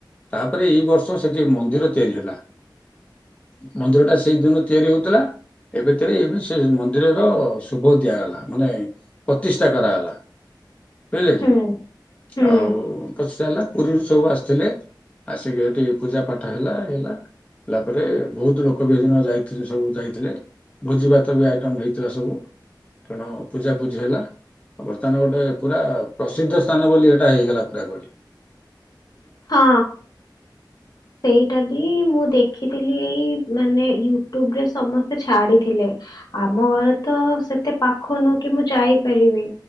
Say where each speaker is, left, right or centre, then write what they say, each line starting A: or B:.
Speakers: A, on the left; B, on the left.
A: ତାପରେ ଏଇ ବର୍ଷ ସେଠି ମନ୍ଦିର ତିଆରି ହେଲା ମନ୍ଦିର ଟା ସେଇ ଦିନ ତିଆରି ହଉଥିଲା ଏବେତୀରେ ସେ ମନ୍ଦିରର ଶୁଭ ଦିଆଗଲା ମାନେ ପ୍ରତିଷ୍ଠା କରାଗଲା। କଇ <unintelligible> ଦେଖି
B: ହୁଁ ହୁଁ
A: ଆଉ କଛ ଚା ହେଲା। ପୁରୀରୁ ସବୁ ଆସିଥିଲେ ଆସିକି ଏଠି ପୂଜାପାଠ ହେଲା ହେଲା ହେଲା ପରେ ବହୁତ ଲୋକ ବି ସେଦିନ ଯାଇ ସବୁ ଯାଇଥିଲେ ଭୋଜିଭାତ ବି ଆଇଟମ୍ ହେଇଥିଲା ସବୁ। ତେଣୁ ପୂଜା ପୂଜି ହେଲା ବର୍ତ୍ତମାନ ଗୋଟେ ପୁରା ପ୍ରସିଦ୍ଧ ସ୍ଥାନ ବୋଲି ଏଇଟା ହେଇଗଲା ପୁରାପୁରି।
B: ହଁ ସେଇଟା ବି ମୁଁ ଦେଖ ଦେଖିଥିଲି ଏଇ ମାନେ ୟୁଟ୍ୟୁବ ରେ ସମସ୍ତେ ଛାଡିଥିଲେ ଆମ ଘରେ ତ ସେତେ ପାଖ ନୁହେଁ କି ମୁଁ ଯାଇପାରିବି